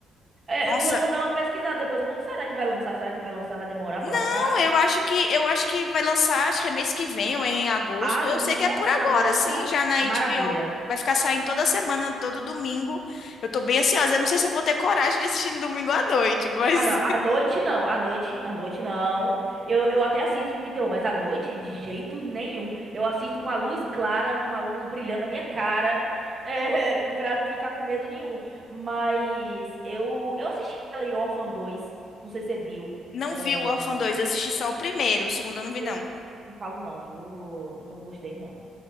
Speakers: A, on the right; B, on the left.
A: É,
B: Nossa,
A: eu vou, vou dar uma pesquisada depois. Quando será que vai lançar? Será que vai lançar? Vai demorar
B: não,
A: pra lançar?
B: eu acho que eu acho que vai lançar, acho que é mês que vem ou em agosto.
A: Ah,
B: Eu
A: nossa!
B: sei que é por agora,
A: Mara...
B: sim, já na
A: Maravilha!
B: HBO. Vai ficar saindo toda semana, todo domingo. Eu tô bem ansiosa. Eu não sei se eu vou ter coragem de assistir no domingo à noite, mas
A: Ah, não. À noite não, à noite, à noite não. Eu, eu até assisto filme de terror, mas à noite, de jeito nenhum. Eu assisto com a luz clara, uma luz brilhando na minha cara, é, <laughs> pra não ficar com medo nenhum. Mas eu, eu assisti ali Orphan 2, não sei se você viu.
B: Não
A: é,
B: vi o Orphan 2, eu assisti só
A: e,
B: o primeiro,
A: e-
B: o segundo eu não vi,
A: e
B: não.
A: eu não, não falo não, viu? Não gostei não.